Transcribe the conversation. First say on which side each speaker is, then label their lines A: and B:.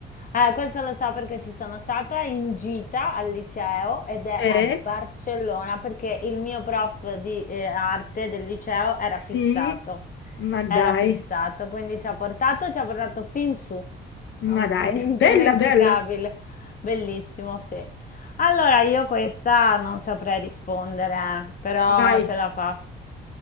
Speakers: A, on the left (about 45°); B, on the left (about 70°).
A: Eh, questo lo so perché ci sono stata in gita al liceo ed è
B: Eh?
A: a Barcellona perché il mio prof di eh, arte del liceo era
B: Sì,
A: fissato.
B: ma dai,
A: Era fissato, quindi ci ha portato, ci ha portato fin su. È
B: ma
A: Un,
B: dai,
A: un indimenticabile,
B: bella, bella,
A: bellissimo, sì. Allora, io questa non saprei rispondere, eh, però
B: vai.
A: te la faccio.